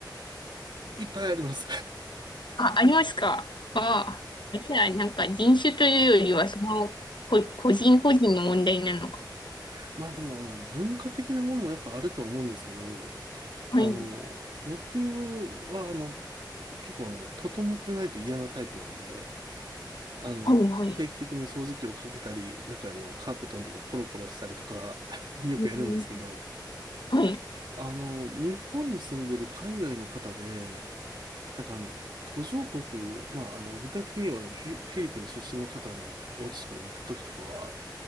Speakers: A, on the right; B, on the left.
A: いっぱいあります。
B: あ、ありますかあ、あじゃあなんか人種というよりは、その、こ、個人個人の問題なのか。
A: <laughs> まあでも、あの、文化的なものもやっぱあるとは思うんですけど、
B: はい。
A: あの、僕は、あの、結構、あの、整ってないと嫌なタイプなんで、あの、
B: はい、はい。
A: 定期的に掃除機をかけたり、中のカーペットのとこコロコロしたりとか <laughs> よくやるんですけど、
B: うん、はい、
A: あの、日本に住んでる海外の方で、なんかあの、途上国、まあ、あの、具体的にはあのフィ、フィリピン出身の方のお家とかに行った時とかは、